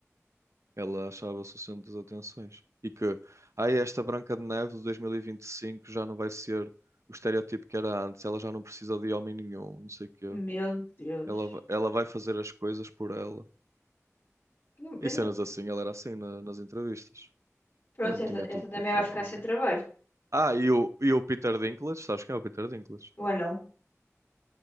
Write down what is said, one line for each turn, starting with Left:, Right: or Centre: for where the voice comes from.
Right: Ela achava-se o centro das atenções. E que, ai, esta Branca de Neve de 2025 já não vai ser o estereótipo que era antes, ela já não precisa de homem nenhum, não sei o quê.
Left: Meu Deus.
Right: Ela, va- ela vai fazer as coisas por ela.
Left: Eu- eu
Right: E cenas
Left: não-
Right: assim, ela era assim na- nas entrevistas.
Left: Pronto,
Right: Pronto,
Left: essa,
Right: tinha
Left: essa
Right: tudo
Left: também
Right: para correr
Left: vai ficar
Right: mal,
Left: sem
Right: não
Left: trabalho.
Right: é? Ah, e o, e o Peter Dinklage, sabes quem é o Peter Dinklage?
Left: Ou não?